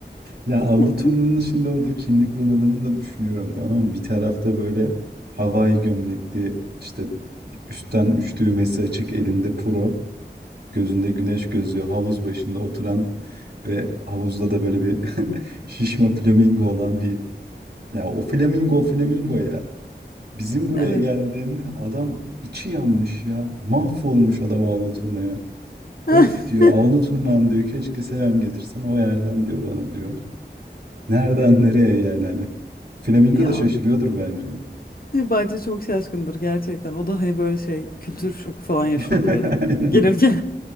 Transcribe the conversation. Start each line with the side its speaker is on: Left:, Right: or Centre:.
Right: Ya aldı
Left: <laughs>
Right: turnunun şimdi orada kimlik bunalımını da düşünüyorum tamam mı? Bir tarafta böyle havai gömlekli işte üstten üç düğmesi açık elinde puro gözünde güneş gözlüğü havuz başında oturan ve havuzda da böyle bir <laughs> şişme flamingo olan bir ya o flamingo o flamingo ya. Bizim buraya
Left: Evet.
Right: geldiğinde adam içi yanmış ya. Mahvolmuş adam avlu turnaya.
Left: <laughs>
Right: Of diyor avlu turnam diyor keşke selam getirsen o yerden diyor bana diyor. Nereden nereye yani hani. Flamingo
Left: Ya
Right: da şaşırıyordur bence.
Left: bence çok şaşkındır gerçekten. O da hani böyle şey kültür şoku falan
Right: <laughs>
Left: yaşıyordur herhalde.
Right: Aynen.
Left: Gelirken.